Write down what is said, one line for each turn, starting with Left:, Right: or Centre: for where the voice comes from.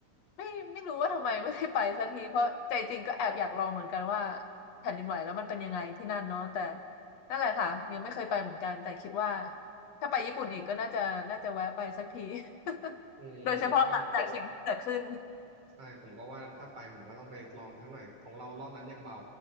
Left: ไม่ไม่รู้ว่าทำไมไม่ได้ไปสักทีเพราะใจจริงก็แอบอยากลองเหมือนกันว่าแผ่นดินไหวแล้วมันเป็นยังไงที่นั่นเนาะแต่นั่นแหละค่ะยังไม่เคยไปเหมือนกันแต่คิดว่าถ้าไปญี่ปุ่นอีกก็น่าจะน่าจะแวะไปสักที <laughs>
Right: อืมผมก็ว่า
Left: โดยเฉพาะหลังจากสิ่งที่เกิดขึ้น
Right: ใช่ผมก็ว่าถ้าไปผมก็ต้องไปลองสักหน่อยของเรารอบนั้นยังเบา